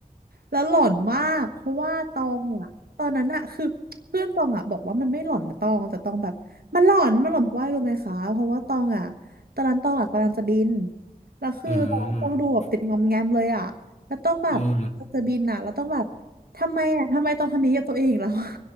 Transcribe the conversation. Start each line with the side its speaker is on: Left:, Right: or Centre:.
Right: แล้วหลอนมากเพราะว่าตองอะตอนนั้นอะคือเพื่อนตองอะบอกว่ามันไม่หลอนนะตองแต่ตองแบบมันหลอนมันหลอนเพราะว่าอะไรรู้ไหมคะเพราะว่าตองอะตอนนั้นตองอะกำลังจะบินแล้วคือตองตองดูแบบติดงอมแงมเลยอะแล้วต้องแบบ
Left: อืมอืม
Right: จะบินอะแล้วต้องแบบทำไมอะทำไมต้องทำนี้กับตัวเองแล้ว <laughs>